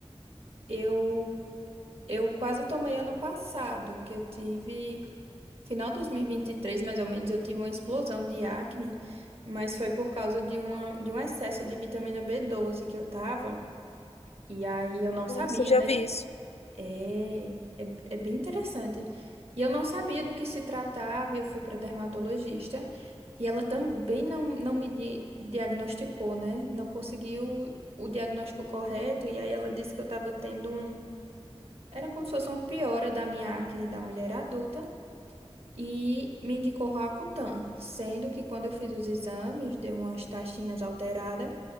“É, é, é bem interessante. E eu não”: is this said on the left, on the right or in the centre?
Right